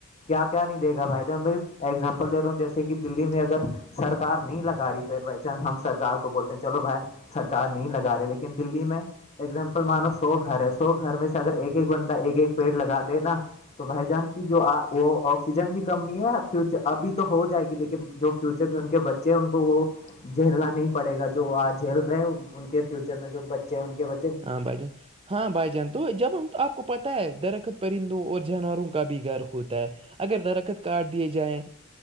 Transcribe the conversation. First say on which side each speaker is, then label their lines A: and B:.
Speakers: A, on the left; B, on the right.
A: کیا کیا نہیں دے گا بھائی جب میں ایگزامپل دےا ہوں جیسے کہ دلی میں اگر سرار نہیں لگا رہی پ بائی چانس ہم سرار کو بولتے ہیں چلو بھائی سرک نہیں لگا رہے لیکن دلی میں ایگزامپل مانو سو گھر ہے سو گھر میں سے اگر ایک ایک بندہ ایک ایک پیڑ لگا دے نا تو بھائی جان کی جو وہ آ آسیجن کی کمی ہے فیوچر ابھی تو ہو جائے گی لیکن جو فیوچر میں ان کے بچے ہیں ان کو وہ جھیلنا نہیں پڑے گا جو آ جھیل رہے ہیں ان کے فیوچر میں جو بچے ہیں ان کے بے
B: ہاں بائی جانن ہاں بائی جن تو جب ہم آپ کو پتہ ہے درخت پرندوں اور جانوروں کا بھی گھر ہوتا ہے اگر درخت کاارڈ دیے جائیں